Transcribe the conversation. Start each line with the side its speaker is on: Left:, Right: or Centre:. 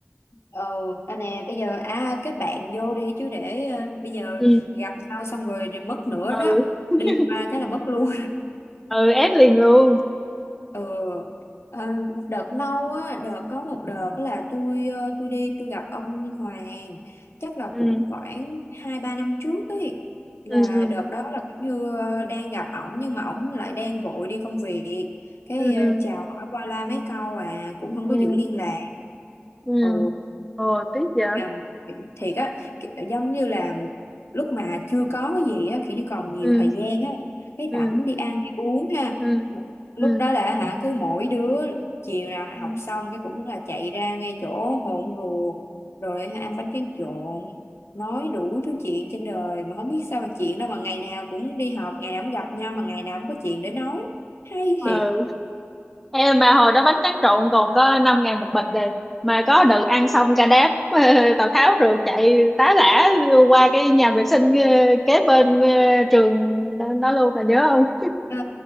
Left: ừ à nè bây giờ à kết bạn vô đi chứ để ờ, bây giờ
Centre: ừ
Left: gặp nhau xong rồi thì mất nữa
Centre: ừ
Left: đó
Centre: <laughs>
Left: đi qua cái là mất luôn
Centre: ừ ép liền luôn
Left: Ừ. Ờ, đợt lâu á, đợt có một đợt là tôi ờ, tôi đi tôi gặp ông Hoàng chắc là
Centre: ừ
Left: cũng khoảng hai ba năm trước ấy là
Centre: ừ ừ
Left: đợt đó là kiểu như ờ, đang gặp ổng nhưng mà ổng lại đang vội đi công việc cái
Centre: ừ
Left: ờ, chào hỏi qua la mấy câu à cũng không
Centre: ừ
Left: có
Centre: ừ
Left: giữ liên lạc
Centre: ừ
Left: ừ.
Centre: ồ tiếc vậy
Left: mà thiệt á kiểu giống như là lúc mà chưa có cái gì á kiểu như còn nhiều
Centre: ừ
Left: thời gian á cái
Centre: ừ
Left: rảnh đi ăn đi uống ha
Centre: ừ
Left: lúc
Centre: ừ
Left: đó là hả cứ mỗi đứa chiều nào
Centre: ừ
Left: học xong cái cũng là chạy ra ngay chỗ hồn ruột rồi hả, ăn bánh tráng trộn nói đủ thứ chuyện trên đời mà không biết sao mà chuyện đâu mà ngày nào cũng đi học ngày nào cũng gặp nhau mà ngày nào cũng có chuyện để nói hay thiệt
Centre: ừ em mà hồi đó bánh tráng trộn còn có năm ngàn một bịch đây mà có đợt ăn xong cả đám <laughs> Tào Tháo rượt chạy tá lả qua cái nhà vệ sinh ờ, kế bên ờ, trường đó, đó luôn là nhớ không
Left: Ờ,